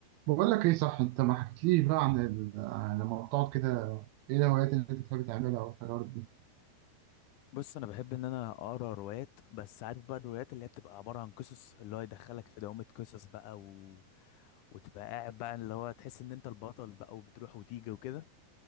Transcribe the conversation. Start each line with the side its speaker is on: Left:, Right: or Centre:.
Right: بقول لك ايه صح انت ما حكيتليش بقى عن ال... عن لما بتقعد كده ايه الهوايات اللي انت بتحب تعملها او الحاجات دي
Left: بص انا بحب ان انا اقرا روايات بس عارف بقى الروايات اللي هي بتبقى عباره عن قصص اللي هو يدخلك في دوامه قصص بقى و... وتبقى قاعد بقى اللي هو تحس ان انت البطل بقى وبتروح وتيجي وكده